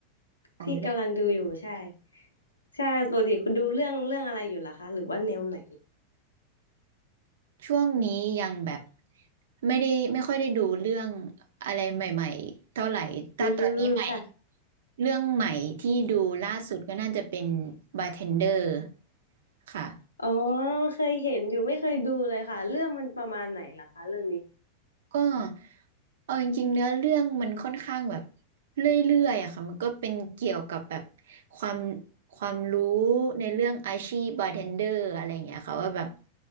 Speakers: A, on the right (about 60°); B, on the left (about 80°).
A: อ๋อ
B: ที่กำลังดูอยู่ใช่ใช่ปกติคุณดูเรื่องเรื่องอะไรอยู่ล่ะคะหรือว่าแนวไหน
A: ช่วงนี้ยังแบบไม่ได้ไม่ค่อยได้ดูเรื่องอะไรใหม่ๆเท่าไหร่ แต่ตอนนี้ใหม่
B: อืมค่ะ
A: เรื่องใหม่ที่ดูล่าสุดก็น่าจะเป็นบาร์เทนเดอร์ค่ะ
B: อ๋อเคยเห็นอยู่ไม่เคยดูเลยค่ะเรื่องมันประมาณไหนล่ะคะเรื่องนี้
A: ก็เอาจริงๆเนื้อเรื่องมันค่อนข้างแบบเรื่อยๆอะค่ะมันก็เป็นเกี่ยวกับแบบความความรู้ในเรื่องอาชีพบาร์เทนเดอร์อะไรอย่างเงี้ยค่ะว่าแบบ